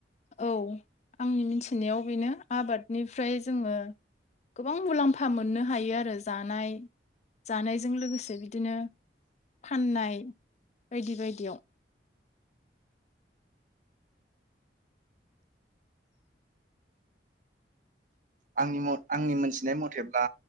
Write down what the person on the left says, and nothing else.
औ, आंनि मिथिनायाव बेनो आबादनिफ्राय जोङो गोबां मुलाम्फा मोननो हायो आरो जानाय जानायजों लोगोसे बिदिनो फाननाय बायदि बायदियाव।